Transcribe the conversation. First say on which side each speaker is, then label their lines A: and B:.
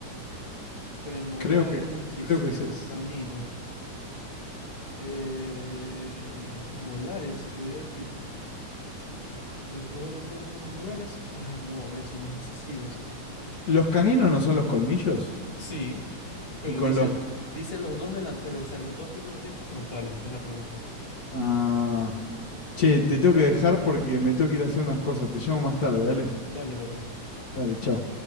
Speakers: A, on the left (about 25°); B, on the left (about 70°).
A: premolares,
B: Creo que,
A: incisivos,
B: creo que es es.
A: caninos. Eh, molares, se podría decir. Los dos delanteros son los molares. Ay, no, ve, son los incisivos.
B: ¿Los caninos no son los colmillos?
A: Sí, pero
B: Y con
A: dice,
B: los...
A: dice los dos delanteros, o sea, los dos primeros dientes frontales, es la pregunta.
B: Ah. Che, te tengo que dejar porque me tengo que ir a hacer unas cosas. Te llamo más tarde, dale.
A: Dale, papi.
B: Dale, chao.